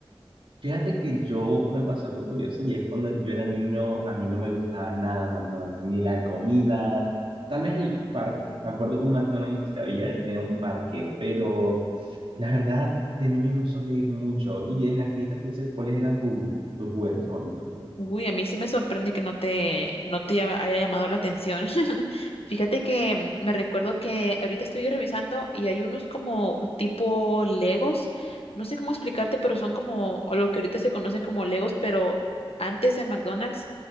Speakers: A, on the right; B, on the left.
A: Fíjate que yo me pasó algo curioso y es cuando yo era niño, a mí no me gustaba nada McDonald's, ni la comida, tal vez el parque. Me acuerdo un McDonald's que había, tenía un parque, pero la verdad, de niño no solía ir mucho. Y en las cajitas felices, ¿cuáles eran tus, tus juguetes favoritos?
B: Uy, a mí sí me sorprende que no te, no te llama- haya llamado la atención. <laughs> Fíjate que mm, me recuerdo que ahorita estoy revisando y hay unos como tipo Legos. No sé cómo explicarte, pero son como o lo que ahorita se conoce como Legos, pero antes en McDonald's,